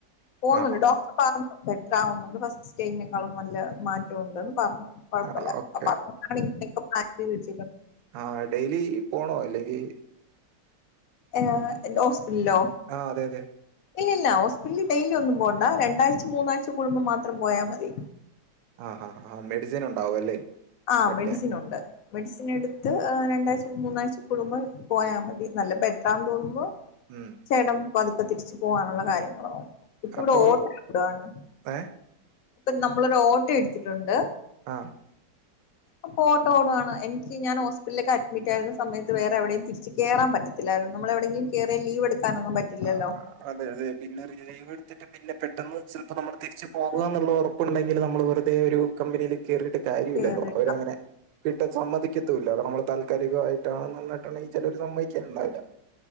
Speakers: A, on the left; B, on the right.
A: പോന്നൊണ്ട്
B: ആ
A: ഡോക്ടർ പറഞ്ഞു ബെറ്റർ ആവുന്നൊണ്ട് ഫസ്റ്റ് സ്റ്റേജിനേക്കാളും നല്ല മാറ്റം ഒണ്ട്ന്ന് പറഞ്ഞു കൊഴപ്പല്ല
B: ആ ഓക്കെ.
A: അപ്പൊ അതുകൊണ്ടാണ് ഇങ്ങനൊക്കെ പ്ലാൻ ചെയ്ത് വെച്ചേക്കണെ
B: ആഹ് ഡെയിലി പോണോ അല്ലെങ്കി
A: ഏ എന്ത് ഹോസ്പിറ്റലിലോ
B: ആഹ് അതെ അതെ
A: ഇല്ലില്ല ഹോസ്പിറ്റലിൽ ഡെയിലി ഒന്നും പോണ്ട രണ്ടാഴ്ച മൂന്നാഴ്ച കൂടുമ്പോ മാത്രം പോയാ മതി
B: ആഹ് ആഹ് ആഹ് മെഡിസിനൊണ്ടാവും അല്ലേ
A: ആഹ്
B: കഴിക്കാൻ
A: മെഡിസിനൊണ്ട് മെഡിസിൻ എടുത്ത് രണ്ടാഴ്ച മൂന്നാഴ്ച കൂടുമ്പ പോയാ മതി നല്ല ബെ റ്ററാന്ന് തോന്നുമ്പോ
B: ഉം
A: ചേട്ടൻ പതുക്കെ തിരിച്ചു പോകാനുള്ള കാര്യങ്ങള് നോക്കും ഇപ്പോ ഇവിടെ
B: അപ്പോ
A: ഓട്ടോ ഓടുവാണ്
B: ഏ
A: ഇപ്പം നമ്മള് ഒരു ഓട്ടോ എടുത്തിട്ടൊണ്ട്
B: ആഹ്
A: ഇപ്പോ ഓട്ടോ ഓടുവാണ് എനിക്ക് ഞാൻ ഹോസ്പിറ്റലിലേക്ക് അഡ്മിറ്റ് ആരുന്ന സമയത്ത് വേറെ എവിടെയും തിരിച്ച് കേറാൻ പറ്റ ത്തില്ലാരുന്ന് നമ്മള് എവിടെയെങ്കിലും കേറിയാ ലീവ് എടുക്കാനൊന്നും പറ്റില്ലല്ലോ
B: ആ, അതെ അതെ പിന്നെ ലീവ് എടുത്തിട്ട് പിന്നെ പെട്ടെന്ന് ചിലപ്പോ നമ്മള് തിരിച്ച് പോകുക എന്നുള്ള ഒറപ്പൊണ്ടെങ്കില് നമ്മള് വെറുതെ ഒരു കമ്പനിയില് കേറിട്ട് കാര്യല്ലല്ലോ
A: കേറി
B: അവര് അങ്ങനെ കിട്ടാ സമ്മതിക്കത്തുവില്ല കാരണം നമ്മള് താൽക്കാലികം ആയിട്ടാണ് എന്ന് പറഞ്ഞിട്ടൊണ്ടെങ്കിൽ ചെലവര് സമ്മതിക്കേണ്ടാവില്ല